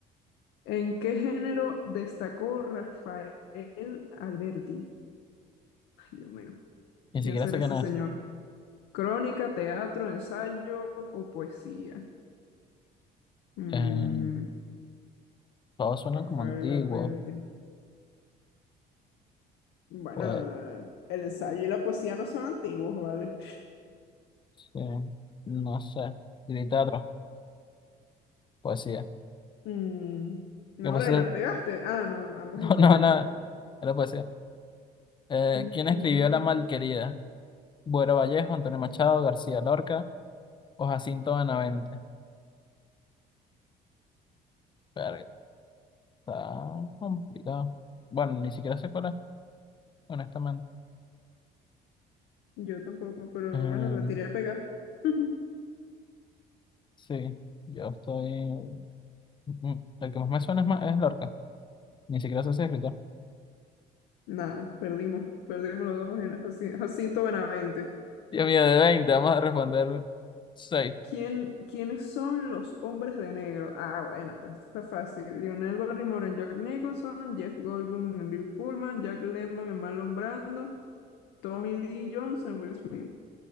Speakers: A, on the left; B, on the left.
A: ¿En qué género destacó Rafael Alberti? Ay, Dios mío.
B: ni
A: ¿Quién
B: siquiera
A: será
B: sé quién
A: ese
B: es.
A: señor? Crónica, teatro, ensayo o poesía. Mm,
B: Eh, todos suenan
A: Rafael
B: como antiguos.
A: Alberti. Bueno,
B: Pues,
A: eh, el ensayo y la poesía no son antiguos, ¿vale?
B: sí, no sé. Y teatro, poesía.
A: Mm, no,
B: ¿Qué
A: ahora
B: poesía?
A: la
B: <laughs>
A: pegaste. Ah, no, ambos
B: No,
A: incorrectos.
B: no, no, era poesía. Eh,
A: ¿Quién escribió?
B: ¿quién escribió La Malquerida? Buero Vallejo, Antonio Machado, García Lorca o Jacinto Benavente. Verga, está complicado. Bueno, ni siquiera sé cuál es, honestamente.
A: Yo tampoco, pero
B: Eh,
A: bueno, la tiré a pegar. <laughs>
B: sí, yo estoy. mm, mm, El que más me suena es, ma- es Lorca. Ni siquiera sé si es escritor.
A: Nada, perdimos, perdimos los dos en Jaci- Jacinto Benavente.
B: Dios mío, de 20 vamos a responder 6.
A: ¿Quién, quiénes son los hombres de negro? Ah, bueno, pero esto está fácil. Lionel Barrymore en Jack Nicholson, Jeff Goldblum en Bill Pullman, Jack Lemmon en Marlon Brando, Tommy Lee Jones en Will Smith.